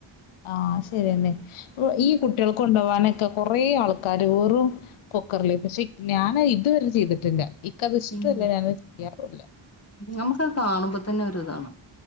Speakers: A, on the left; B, on the left.
A: ആഹ് ശരിയെന്നെ. ഈ കുട്ടികൾക്ക് കൊണ്ടോവാനൊക്കെ കുറേ ആൾക്കാര് വെറും കൊക്കർല്. പക്ഷെ ഞാൻ ഇതുവരെ ചെയ്തിട്ടില്ല ഇക്കത്
B: ഉം
A: ഇഷ്ടു അല്ല ഞാനത് ചെയ്യാറുല്ല.
B: നമുക്കത് കാണുമ്പോ തന്നെ ഒരു ഇതാണ്.